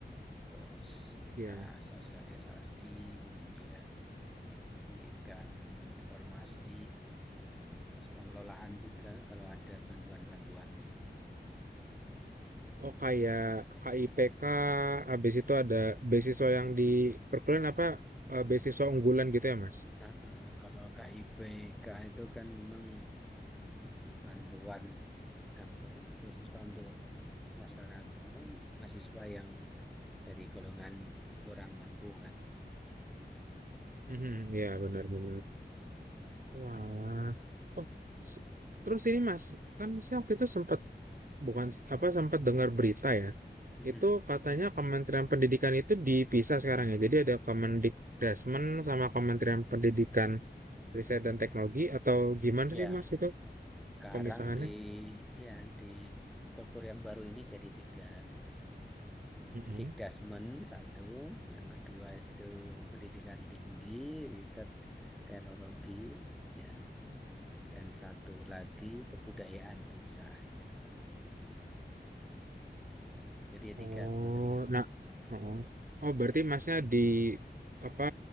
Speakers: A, in the centre; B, on the right.
A: terus kita
B: ya.
A: sosialisasi, kemudian memberikan informasi, terus pengelolaan juga kalau ada bantuan-bantuan gitu.
B: Oh kayak KIPK, habis itu ada beasiswa yang di perkuliahan
A: Mm,
B: apa
A: mm.
B: eh, beasiswa unggulan gitu ya Mas?
A: Ah, ah. Kalau KIPK itu kan memang bantuan apa beasiswa untuk masyarakat apa mahasiswa yang dari golongan kurang mampu kan.
B: Mhm, ya benar-benar. Wah, oh se- terus ini Mas, kan saya waktu itu sempat bukan s- apa sempat dengar berita ya.
A: Mm, mm.
B: Itu katanya Kementerian Pendidikan itu dipisah sekarang ya. Jadi ada Kemendikdasmen sama Kementerian Pendidikan Riset dan Teknologi atau gimana
A: Ya,
B: sih Mas itu
A: Sekarang
B: pemisahannya?
A: di ya di struktur yang baru ini jadi tiga
B: Mm-mm.
A: Dikdasmen satu, yang kedua itu pendidikan tinggi, riset teknologi, ya, dan satu lagi kebudayaan pisah itu. Jadi ya
B: Oh,
A: tiga kementerian.
B: nah, oh, oh berarti Masnya di apa